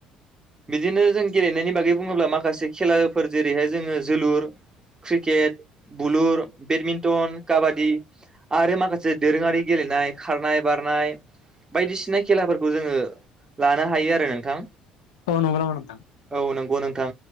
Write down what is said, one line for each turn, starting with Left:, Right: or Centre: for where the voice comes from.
Right: बिदिनो जों गेलेनायनि बागै बुङोब्ला माखासे खेलाफोर जेरैहाय जोङो जोलुर, क्रिकेट, बुलुर, बेडमिन्टन, काबादि आरो माखासे दोरोङारि गेलेनाय खारनाय-बारनाय बायदिसिना खेलाफोरखौ जोङो लानो हायो आरो नोंथां
Left: औ नंगौ नामा नोंथां
Right: औ नों गौ नोंथां